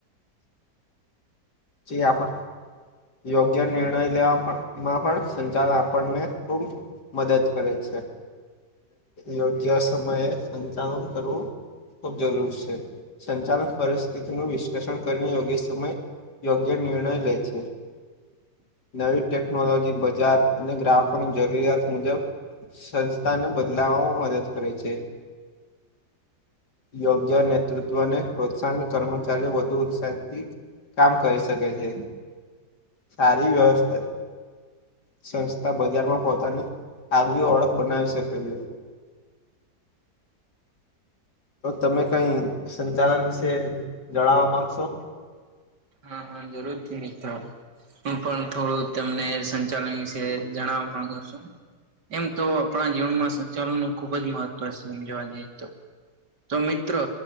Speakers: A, on the left (about 70°); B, on the right (about 75°).
A: જ આપ આપ યોગ્ય નિર્ણય લેવામાં પણ સંચાલન આપણને ખૂબ મદદ કરે છે. યોગ્ય સમયે સંચાલન કરવું ખુબ જરૂર છે. સંચાલક પરિસ્થિતિનું વિશ્લેષણ કરીને યોગ્ય સમય યોગ્ય નિર્ણય લે છે. નવી ટેકનોલોજી બજાર અને ગ્રાહકોની જરૂરિયાત મુજબ સંસ્થાને બદલાવામાં મદદ કરે છે. યોગ્ય નેતૃત્વને પ્રોત્સાહન કર્મચારીઓ વધુ ઉત્સાહિતથી કામ કરી શકે છે સારી વ્યવસ્થા સંસ્થા બજારમાં પોહતાની આગવી ઓળખ બનાવી શકે છે. તો તમે કઈ સંચાલન વિશે જણાવવા માંગશો
B: હા હા જરૂર નીતા હો હું પણ થોડું તમને સંચાલન વિશે જણવા માંગુ છુ. એમ તો આપણા જીવનમાં સંચાલન નું ખુબ જ મહત્વ છે, સમજવા જ તો તો મિત્રો